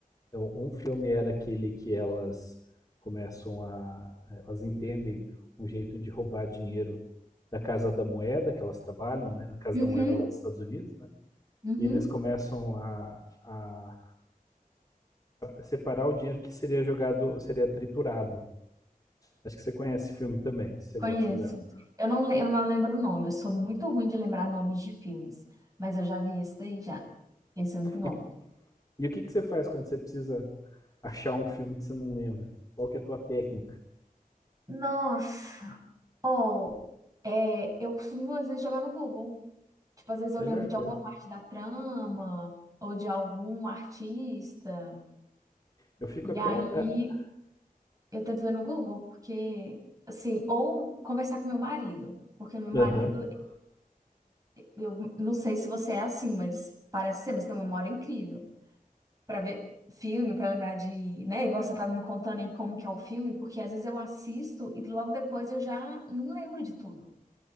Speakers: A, on the left; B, on the right.
A: Então, um filme era aquele que elas começam a. eh, Elas entendem um jeito de roubar dinheiro da Casa da Moeda, que elas trabalham, né? A Casa
B: Uhum,
A: da Moeda lá dos Estados Unidos, né?
B: uhum,
A: E eles começam a, a separar o dinheiro que seria jogado, seria triturado. Acho que você conhece o filme também, se você
B: conheço.
A: gosta dela.
B: Eu não, le- eu não lembro o nome. Eu sou muito ruim de lembrar nomes de filmes. Mas eu já vi esse daí já. Esse é muito bom.
A: E, e o que, que você faz quando você precisa achar um filme que você não lembra? Qual que é a tua técnica?
B: Nossa. Oh, é, eu costumo às vezes jogar no Google. Tipo, às vezes eu
A: Melhor
B: lembro de
A: coisa.
B: alguma parte da trama ou de algum artista,
A: Eu fico
B: e
A: até.
B: aí
A: ah,
B: eu tento ver no Google, porque, assim, ou conversar com meu marido, porque meu marido,
A: Aham. Uh, uh-huh.
B: eu não sei se você é assim, mas parece ser, mas tem uma memória incrível Pra ver filme, pra lembrar de, né, igual você tava me contando aí como que é o filme, porque às vezes eu assisto e logo depois eu já não lembro de tudo.